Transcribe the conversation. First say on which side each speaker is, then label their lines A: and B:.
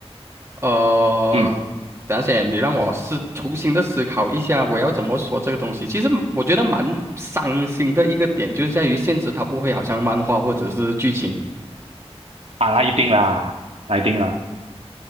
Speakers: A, on the right; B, on the right.
A: 呃，
B: 嗯，
A: 等一下先你让我思重新的思考一下，我要怎么说这个东西？其实我觉得蛮伤心的一个点，就是在于现实它不会好像漫画或者是剧情，
B: 啊，那一定啦，那一定啦。